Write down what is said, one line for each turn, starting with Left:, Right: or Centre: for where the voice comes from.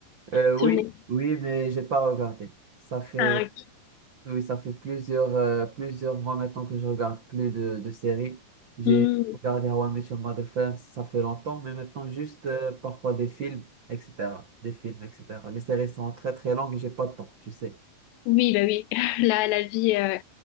Right: Euh,
Left: sur
Right: oui,
Left: Netflix?
Right: oui, mais j'ai pas regardé. Ça fait,
Left: Ah, ok.
Right: oui, ça fait plusieurs, euh, plusieurs mois maintenant que je regarde plus de, de séries. J'ai
Left: Hmm.
Right: regardé How I Met Your Mother Friends, ça fait longtemps, mais maintenant juste euh, parfois des films, etc. Des films, etc. Les séries sont très très longues et j'ai pas de temps, tu sais.
Left: Oui, bah oui. <laughs> La, la vie, euh,